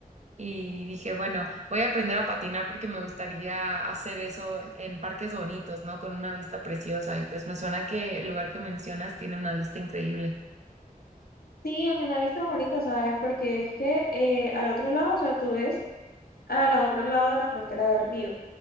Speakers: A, on the right; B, on the left.
A: Y dije, bueno, voy a aprender a patinar porque me gustaría hacer eso en parques bonitos, ¿no? Con una vista preciosa. Y pues me suena que el lugar que mencionas tiene una vista increíble.
B: Sí, es una vista bonita, ¿sabes? Porque es que eh, al otro lado, o sea, tú ves al otro lado de la frontera del río.